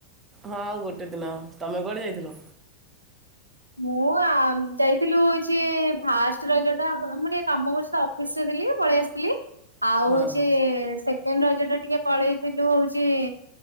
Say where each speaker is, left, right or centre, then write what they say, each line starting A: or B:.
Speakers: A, on the right; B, on the right.
A: ହଁ ଆଉ ଗୋଟେ ଦିନ, ତମେ କୁଆଡେ ଯାଇଥିଲ?
B: ମୁଁ ଯାଇଥିଲୁ ହଉଚି ଫାଷ୍ଟ୍ ରଜଟା, ଆ ମୁଁ ଟିକେ କାମ କରୁଚିତ ଅଫ୍ ଅଫିସ୍ ରେ ଥିଲି, ପଳେଇ ଆସିଥିଲି ଆଉ
A: ହଁ
B: ହଉଚି ସେ ସେକେଣ୍ଡ୍ ରଜ ଟା ଟିକେ ପଳେଇଥିଲୁ ହଉଚି ଇ